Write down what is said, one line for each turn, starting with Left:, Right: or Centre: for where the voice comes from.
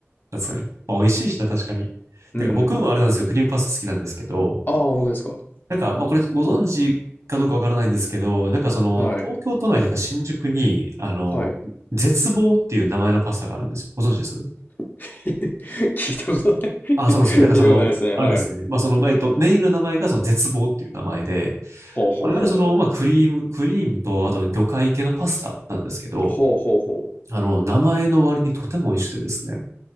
Right: なんですかね。まあ、美味しいしな、確かに。てか僕もあれなんですよ。
Left: うんうんうん。
Right: クリームパスタ好きなんですけど、
Left: ああ、本当ですか。
Right: なんか、まあ、これご存知かどうかわからないんですけど、なんかその、
Left: はい。
Right: 東京都内とか新宿に、あの、
Left: はい。
Right: 絶望っていう名前のパスタがあるんですよ。ご存知です
Left: <laughs> 聞いたことない
Right: あ、
Left: <laughs>
Right: そうなんですよ。なんかその、
Left: 聞いたことないですね。
Right: あれですね。
Left: はい。
Right: まあ、その、えっと、メインの名前がその絶望っていう名前で、
Left: ほうほうほうほう。
Right: まあ、いわゆるその、まあ、クリーム、クリームと、あと魚介系のパスタなんですけど、
Left: ほうほうほ
Right: あの、名前の割にとても美味しくてですね。